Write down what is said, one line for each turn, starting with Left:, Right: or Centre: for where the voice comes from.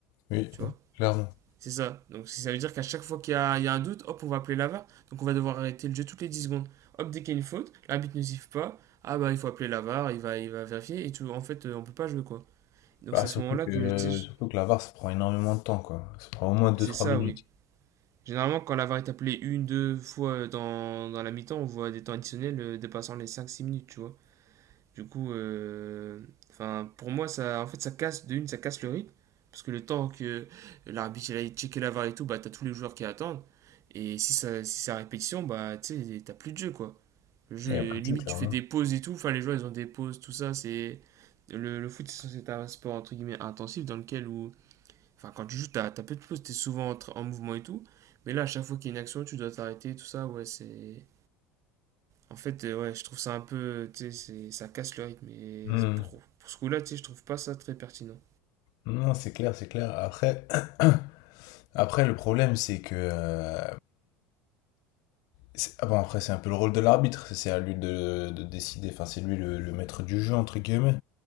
Left: Oui,
Right: Tu vois
Left: clairement.
Right: c'est ça. Donc si ça veut dire qu'à chaque fois qu'il y, a il y a un doute, hop, on va appeler l'avare. Donc on va devoir arrêter le jeu toutes les 10 secondes. Hop, dès qu'il y a une faute, l'arbitre ne siffle pas. Ah bah il faut appeler l'avare, il va, il va vérifier et tout. En fait, euh, on peut pas jouer quoi. Donc
Left: Bah,
Right: c'est à
Left: surtout
Right: ce moment-là
Left: que,
Right: que tu sais,
Left: surtout que la VAR, ça prend énormément de temps, quoi. Ça prend au moins deux
Right: c'est
Left: trois
Right: ça,
Left: minutes.
Right: oui. Généralement, quand l'avare est appelé une, deux fois euh, dans, dans la mi-temps, on voit des temps additionnels euh, dépassant les cinq six minutes, tu vois. Du coup, euh, enfin, pour moi, ça, en fait, ça casse, de une, ça casse le rythme. Parce que le temps que l'arbitre il aille checker la VAR et tout, bah, t'as tous les joueurs qui attendent. Et si ça, si c'est à répétition, bah, tu sais, t'as plus de jeu, quoi. Le jeu,
Left: Il n'y a plus
Right: limite,
Left: de jeu, clairement.
Right: tu fais des pauses et tout. Enfin, les joueurs, ils ont des pauses, tout ça. C'est le, le foot, c'est censé être un sport, entre guillemets, intensif, dans lequel, où, enfin, quand tu joues, t'as, t'as peu de pauses, t'es souvent en, en mouvement et tout. Mais là, à chaque fois qu'il y a une action, tu dois t'arrêter, tout ça. Ouais, c'est. En fait, euh, ouais, je trouve ça un peu, tu sais, c'est- ça casse le rythme. Et
Left: Hmm.
Right: pour, pour ce coup-là, tu sais, je trouve pas ça très pertinent.
Left: Non, c'est clair, c'est clair. Après, <clears throat> après le problème, c'est que... euh, c'est- ah bon, après, c'est un peu le rôle de l'arbitre. C'est à lui de, de décider. Enfin, c'est lui le, le maître du jeu, entre guillemets.